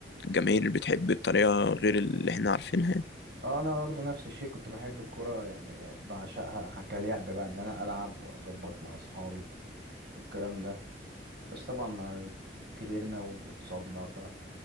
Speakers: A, on the left; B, on the right.
A: الجماهير اللي بتحب بطريقة غير اللي احنا عارفينها يعني.
B: اه انا برضه نفس الشيء كنت بحب الكرة يعني ب- بعشقها ح- كلعب بقى ان انا العب واظبط مع اصحابي والكلام ده بس طبعا مع كبرنا واتصابنا ف